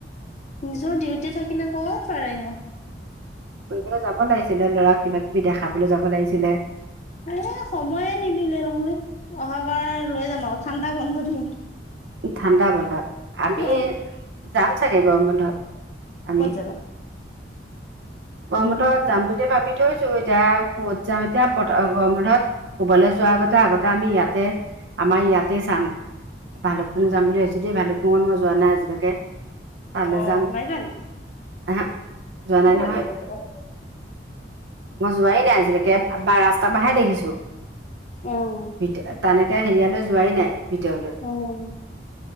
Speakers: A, on the left (about 40°); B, on the right (about 75°).
A: নিজৰ ডিউটি থাকিলে ক'ত পাৰেনো।
B: ফুৰিবলৈ যাব লাগিছিলে ল'ৰাক কিবা কিবি দেখাবলৈ যাব লাগিছিলে।
A: এ সময়ে নিমিলে নহয়। অহাবাৰ লৈ যাম আৰু ঠাণ্ডা বন্ধত নিম।
B: ঠাণ্ডা বন্ধত। আমি
A: অ',
B: যাম চাগে গৰম বন্ধত আমি
A: ক'ত যাবা?
B: গৰম বন্ধত যাম বুলি ভাবি থৈছো এতিয়া কত যাওঁ, এতিয়া পতক গৰম বন্ধত, কবলে যোৱাৰ আগতে আগতে আমি ইয়াতে, আমাৰ ইয়াতে চাম, ভালুকপুং যাম বুলি ভাবিছোঁ। তেতিয়া ভালুকপুং মই যোৱা নাই আজি লৈকে, তালৈ
A: অ',
B: যাম,
A: নাই যোৱা নি?
B: হা, যোৱা
A: ভাল
B: নাই নহয়।
A: লাগে গৈ পেলাই।
B: মই যোৱাই নাই আজিলৈকে বা ৰাস্তা পৰাহে দেখিছো।
A: উম,
B: ভ তা <unintelligible> নে এতিয়া হেৰিয়ালে যোৱাই নাই ভিতৰলৈ
A: উম